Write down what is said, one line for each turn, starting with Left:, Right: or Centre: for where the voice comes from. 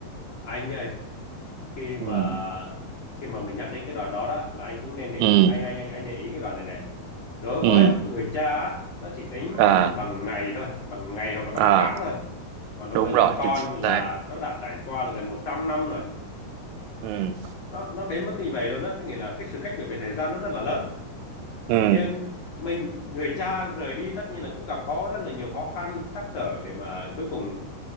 Left: anh ơi khi
Right: ừ
Left: mà khi mà mình nhắc đến cái đoàn đó đó là anh cũng nên để
Right: ừ
Left: ý- anh anh anh anh để ý cái đoàn này này đối với
Right: ừ
Left: người cha á, nó chỉ tính
Right: à
Left: có thể bằng ngày thôi bằng ngày hoặc là bằng
Right: à
Left: tháng thôi còn đối
Right: đúng
Left: với người
Right: rồi
Left: con
Right: chính xác
Left: là nó đã trải qua là gần 100 năm rồi
Right: ừ
Left: nó nó đến mức như vậy luôn á cái nghĩa là cái sự cách biệt về thời gian nó rất là lớn
Right: ừ
Left: nhưng mình người cha rời đi tất nhiên là cũng gặp khó rất là nhiều khó khăn trắc trở để mà cuối cùng